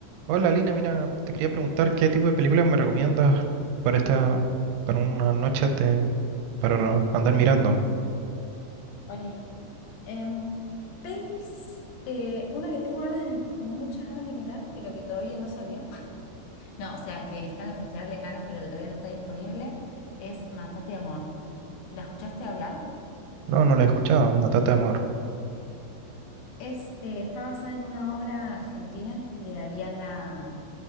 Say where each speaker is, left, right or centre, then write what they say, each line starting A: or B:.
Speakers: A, on the right; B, on the left.
A: Hola Lina, mira, te quería preguntar qué tipo de películas me recomiendas para esta, para una noche de, para andar mirando.
B: Oli, em, pelis, eh, una que tengo ganas de, muchas ganas de mirar, pero que todavía no salió. <laughs> No, o sea, que está en el Festival de Cannes, pero que todavía no está disponible, es Matate Amor. ¿La escuchaste hablar?
A: No, no la he escuchado, Una Matate de Amor.
B: Es, eh, está basada en una obra argentina de Ariana